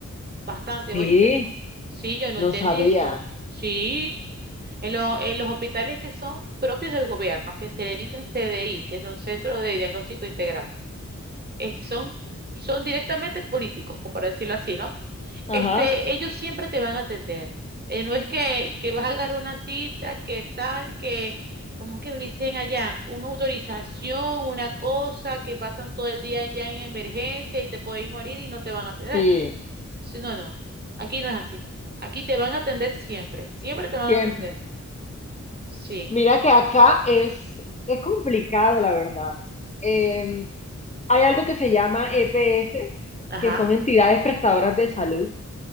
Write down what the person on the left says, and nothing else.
Sí,
no
sabía.
Ajá,
sí,
siempre.
Mira que acá es, es complicado, la verdad. Eh, hay algo que se llama EPS,
que son entidades prestadoras de salud.